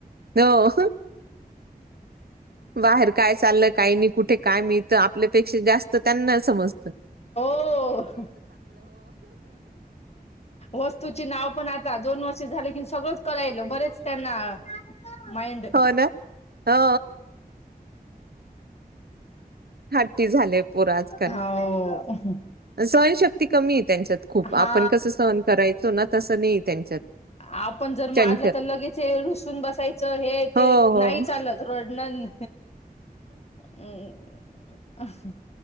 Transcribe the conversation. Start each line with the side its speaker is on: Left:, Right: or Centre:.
Right: हो बाहेर काय चाललं काही नाही. कुठे काय मिळत आपल्या पेक्षा जास्त त्यांना समजत.
Left: हो वस्तू चे नाव पण आ. दोन वर्ष झाले कि सगळंच करायल बरेच त्यांना मइंड.
Right: हो ना हो. हट्टी झालेय पोर आजकाल.
Left: हो
Right: सहनशक्ती कमी आहे त्यांच्यात. खूप आपण
Left: हा
Right: कसं सहन करायचो. ना, तसं नाही आहे त्यांच्यात.
Left: आपण जर
Right: चंचल
Left: मारलं तर लगेच हे रुसून बसायचं. हे ते
Right: हो, हो.
Left: नाही चालत रोडन. हम.